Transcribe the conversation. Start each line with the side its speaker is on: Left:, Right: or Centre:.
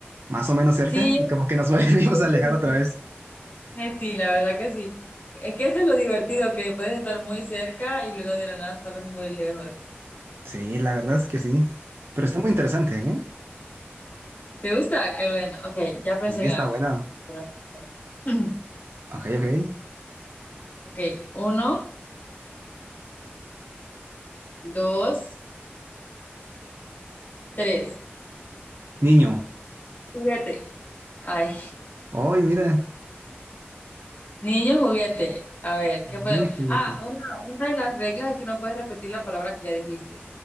Right: más o menos cerca
Left: Sí,
Right: y como que nos <laughs> volvimos
Left: yo
Right: a
Left: creo.
Right: alejar otra vez.
Left: Eh, Sí, la verdad que sí. Es que esto es lo divertido, que puedes estar muy cerca y luego de la nada estar muy lejos.
Right: Sí, la verdad es que sí. Pero está muy interesante, ¿eh?
Left: ¿Te gusta? Qué bueno. Ok, ya pensé
Right: Sí,
Left: en
Right: está
Left: algo.
Right: buena.
Left: Pero- <clears throat>
Right: Ok, ok.
Left: Ok, uno, dos, tres.
Right: Niño.
Left: Juguete. Ay,
Right: Ay, mira.
Left: niño juguete. A ver, ¿qué podemos?
Right: Niño y juguete.
Left: Ah, una, una de las reglas es que no puedes repetir la palabra que ya dijiste.